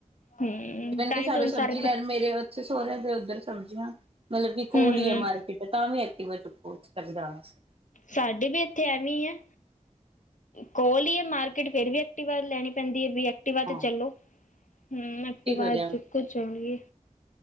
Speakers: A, on the left; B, on the right.
A: ਹਮ ਤਾਂ
B: ਕਿ
A: ਹੀ
B: ਸਾਨੂੰ
A: ਤਾਂ ਹੁਣ
B: ਸਬਜ਼ੀ
A: ਸਾਰੇ
B: ਲੈਣ ਮੇਰੇ ਸੋਰਿਆਂ ਉਧਰ ਸਮਝੀਆਂ, ਮਤਲਬ ਕਿ
A: ਹਮ
B: ਕੋਲ ਹੀ ਐ ਮਾਰਕੀਟ, ਤਾਂ ਵੀ ਐਕਟਿਵਾ ਚੁੱਕੋ। ਉਥੇ ਹ <unintelligible>
A: ਸਾਡੇ ਵੀ ਇੱਥੇ ਐਵੇਂ ਆ‌। ਕੋਲ ਏ ਮਾਰਕੀਟ, ਫੇਰ ਵੀ ਐਕਟੀਵਾ ਲੈਣੀ ਪੈਂਦੀ ਏ ਵੀ ਐਕਟਿਵਾ
B: ਹਾਂ
A: ਤੇ ਚਲੋ। ਹਮ ਐਕਟਿਵਾ
B: ਕੀ ਕਰਿਆ
A: ਚੁੱਕੋ ਚੱਲੀਏ।